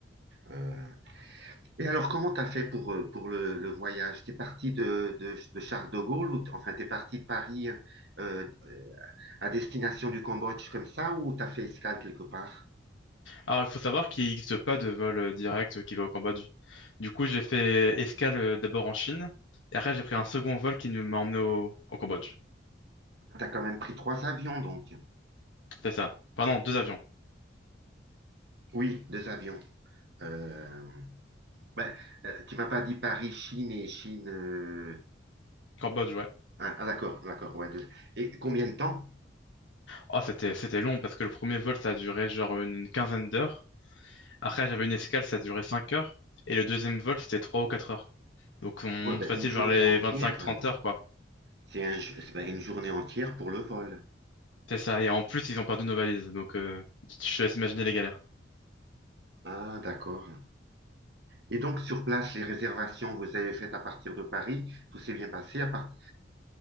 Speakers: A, on the right; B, on the left.
A: Euh, Et alors, comment t'as fait pour, euh, pour le, le voyage? T'es parti de, de, de Charles de Gaulle ou t- enfin t'es parti de Paris euh, à destination du Cambodge comme ça ou t'as fait escale quelque part?
B: Alors, il faut savoir qu'il n'existe pas de vol euh, direct euh, qui va au Cambodge. Du coup, j'ai fait escale euh, d'abord en Chine, et après, j'ai pris un second vol qui nous m'a emmené au, au Cambodge.
A: T'as quand même pris trois avions donc.
B: C'est ça. Pardon, deux avions.
A: Oui, deux avions. Euh, ben, euh, tu m'as pas dit Paris, Chine et Chine. euh,
B: Cambodge, ouais.
A: Ah, ah, d'accord, d'accord, ouais. deux. Et combien de temps?
B: Oh, c'était, c'était long parce que le premier vol, ça a duré genre une quinzaine d'heures. Après, j'avais une escale, ça a duré 5 heures. Et le deuxième vol, c'était 3 ou 4 heures. Donc, on monte
A: Ouais, ben,
B: facile
A: une journée
B: vers les
A: entière.
B: vingt-cinq trente
A: euh,
B: heures, quoi.
A: C'est un, ju- c'est, ben, une journée entière pour le vol.
B: C'est ça, et en plus, ils ont perdu nos valises, donc euh, je te laisse imaginer les galères.
A: Ah, d'accord. Et donc, sur place, les réservations, vous avez faites à partir de Paris, tout s'est bien passé à part...